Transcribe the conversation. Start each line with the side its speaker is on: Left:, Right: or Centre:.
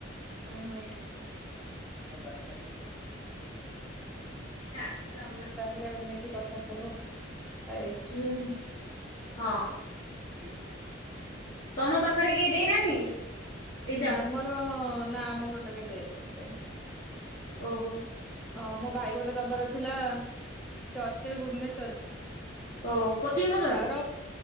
Centre: ଉଁ ହୁଁ।
Left: <inaudible>
Centre: ତାହେଲେ ଏମିତି କଥା ସବୁ ହେଇଛି।
Left: ହୁଁ। ହଁ।
Centre: ପ <inaudible>
Left: ତମ ପାଖରେ କିଏ ଦେଇନାହାନ୍ତି। ଏକ୍ଜାମ
Centre: ନାଁ ଆମର ନା ଆମ ପଟେ କିଏ ଦେଇନାହାନ୍ତି
Left: ଓହୋ
Centre: ହଁ ମୋ ଭାଇ ଗୋଟେ ଦବାର ଥିଲା ସେ ଅଛି ଏବେ ଭୁବନେଶ୍ୱରରେ
Left: ତ କୋଚିଂ ନଉଛନ୍ତି
Centre: ତାର